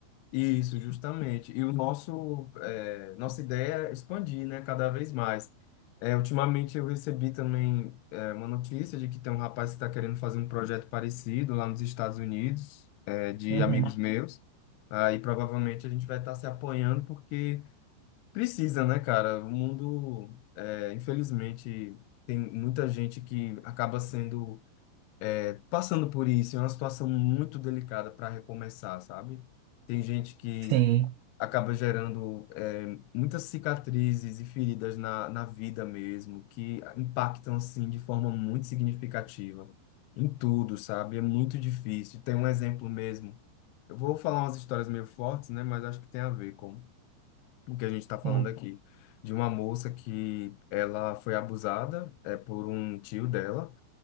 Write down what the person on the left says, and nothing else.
Isso, justamente. E o nosso, eh, nossa ideia é expandir, né, cada vez mais. Eh, ultimamente eu recebi também, eh, uma notícia de que tem um rapaz que está querendo fazer um projeto parecido lá nos Estados Unidos, eh, de
amigos meus. Aí provavelmente a gente vai estar se apoiando porque precisa, né, cara? O mundo, eh, infelizmente, tem muita gente que acaba sendo, eh, passando por isso. É uma situação muito delicada para recomeçar, sabe? Tem gente que
acaba gerando eh, muitas cicatrizes e feridas na, na vida mesmo, que impactam assim de forma muito significativa em tudo, sabe? É muito difícil. Tem um exemplo mesmo. Eu vou falar umas histórias meio fortes, né? Mas acho que tem a ver com o que a gente está falando
aqui. De uma moça que ela foi abusada eh, por um tio dela.